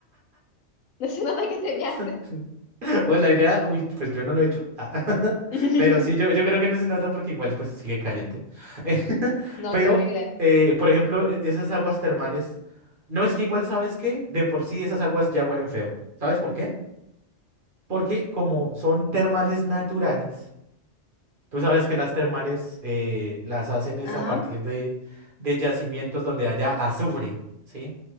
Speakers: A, on the left; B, on the right.
A: No se nota que te miaste.
B: <laughs> Pues la idea, uy, pues yo no lo he hecho. Ah, <laughs>
A: <laughs>
B: Pero sí, yo, yo creo que no se nota porque igual pues sigue caliente. <laughs>
A: No,
B: Pero,
A: qué horrible.
B: eh, por ejemplo, e- esas aguas termales, no es que igual, ¿sabes qué? De por sí esas aguas ya huelen feo. ¿Sabes por qué? Porque como son termales naturales. Tú sabes que las termales eh, las hacen es
A: Ajá,
B: a partir de, de yacimientos donde haya azufre, ¿sí?